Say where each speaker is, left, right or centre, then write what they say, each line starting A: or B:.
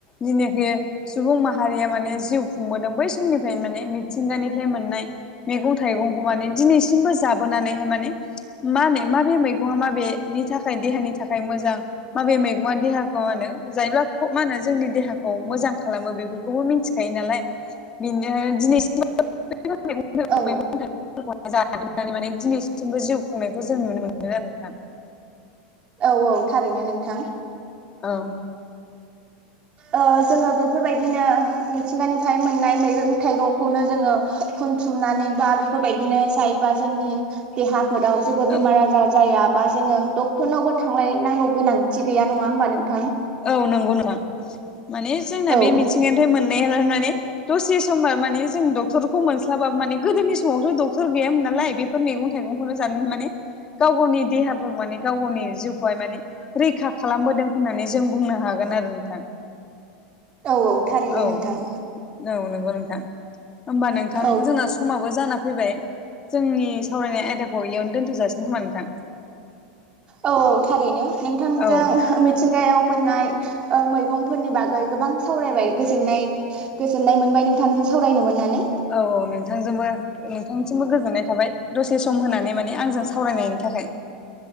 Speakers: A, on the left; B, on the right.
A: जेनाखि सुबुं माहारिया माने जिउ खुंबोदों बै समनिफ्रायनो माने मिथिंगानिफ्राय मोननाय मैगं थाइगंखौ माने दिनैसिमबो जाबोनानैहाय माने मा होनो माबे मैगंआ माबेनि थाखाय देहानि थाखाय मोजां माबे मैगंआ देहाखौ मा होनो जायोब्ला ख मा होनो जोंनि देहाखौ मोजां खालामो बेफोरखौ बेखौबो मिनथिखायो नालाय बेनो दिनैस <unintelligible> दिनैसिमबो जिउ
B: औ
A: खुंनायखौ जों नुनो मोनो आरो नोंथां
B: औ औ थारैनो नोंथां
A: औ
B: ओ जोङो बेफोरबायदिनो मिथिंगानिफ्राय मोननाय मैगं थाइगंखौनो जोङो खुनथुमनानै बा बेफोरबायदिनो जायोबा जोंनि देहाफोराव जेबो
A: औ
B: बेमार आजार जायाबा जोङो डक्टरनावबो थांलायनांगौ गोनांथि गैया नङा होमबा नोंथां
A: औ नंगौ नोंथां माने जोंना
B: औ
A: बे मिथिंगानिफ्राय मोननायानो माने दसे समबा माने जों डक्टरखौ मोनस्लाबा माने गोदोनि समावथ' डक्टर गैयामोन नालाय बे फोर मैगं थाइगंखौनो जानानै माने गाव गावनि देहा माने गाव गावनि जिउखौहाय माने रैखा खालामबोदों होननानै जों बुंनो हागोन आरो नोंथां
B: औ औ थारैनो
A: औ
B: नोंथां
A: औ नंगौ नोंथां होमबा नोंथां
B: औ
A: जोंना समाबो जाना फैबाय जोंनि सावरायनाय आयदाखौ इयावनो दोनथ'जासिगोन खोमा नोंथां
B: औ औ थारैनो नोंथांजों
A: औ
B: अमित मिथिंगायाव मोननाय ओ मैगंफोरनि बागै गोबां सावरायबाय गोजोननाय गोजोननाय मोनबाय नोंथांजों सावरायनो मोननानै
A: औ औ नोंथांजोंबो नोंथांनिसिमबो गोजोननाय थाबाय दसे सम होनानै माने आंजों सावरायनायनि थाखाय